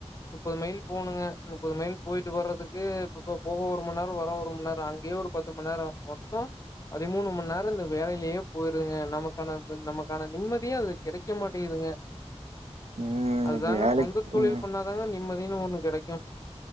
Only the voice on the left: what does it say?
முப்பது மைல் போகணுங்க முப்பது மைல் போயிட்டு வர்றதுக்கு இப்ப இப்ப போக ஒரு மணி நேரம் வர ஒரு மணி நேரம் அங்கேயே ஒரு பத்து மணி நேரம் மொத்தம் அதி மூணு மணி நேரம் இந்த வேலையிலேயே போயிருங்க நமக்கான நமக்கான நிம்மதியே அது கிடைக்க மாட் டேங்குதுங்க
அதுதாங்க
சொந்த தொழில்
பண்ணாதாங்க நிம்மதியின்னு ஒண்ணு கிடைக்கும்